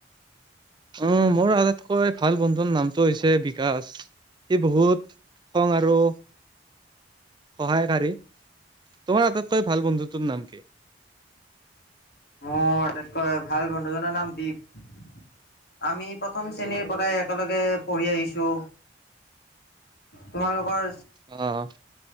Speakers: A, on the right (about 25°); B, on the left (about 60°).
A: উম, মোৰ আটাইতকৈ ভাল বন্ধু নাম টো, হৈছে বিকাশ। ই বহুত <unintelligible> আৰু সহায়কাৰী। তোমাৰ আটাইতকৈ ভাল বন্ধুটোৰ নাম কি?
B: মোৰ আটাইতকৈ ভাল বন্ধুজনৰ নাম দীপ। আমি প্ৰথম শ্ৰেণীৰ
A: অ
B: পৰাই একেলগে পঢ়ি আহিছোঁ। তোমালোকৰ
A: অ'।